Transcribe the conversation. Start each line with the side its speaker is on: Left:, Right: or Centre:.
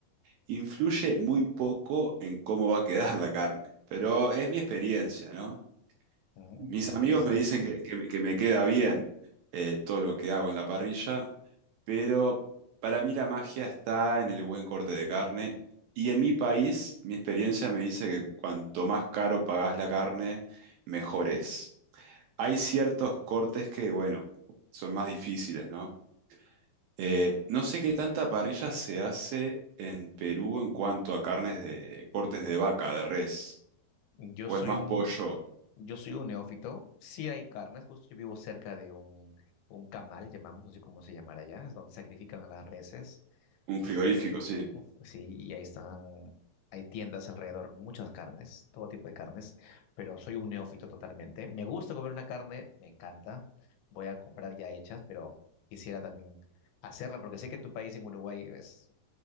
Right: influye muy poco en cómo va a quedar la carne, pero es mi experiencia, ¿no?
Left: Mm,
Right: Mis
Left: interesante.
Right: amigos me dicen que, que me que me queda bien eh, todo lo que hago en la parrilla, pero para mí la magia está en el buen corte de carne. Y en mi país, mi experiencia me dice que cuanto más caro pagás la carne, mejor es. Hay ciertos cortes que, bueno, son más difíciles, ¿no? Eh, no sé qué tanta parrilla se hace en Perú en cuanto a carnes de cortes de vaca, de res,
Left: Yo
Right: o
Left: soy
Right: es más
Left: un,
Right: pollo,
Left: yo soy un neófito. Sí hay carnes, justo yo vivo cerca de un, un camal, llamamos, no sé cómo se llamará allá, es donde sacrifican a las reses.
Right: un frigorífico,
Left: Así que,
Right: sí.
Left: uf, sí, y ahí están, hay tiendas alrededor, muchas carnes, todo tipo de carnes, pero soy un neófito totalmente. Me gusta comer una carne, me encanta. Voy a comprar ya hechas, pero quisiera también hacerla, porque sé que en tu país, en Uruguay, es,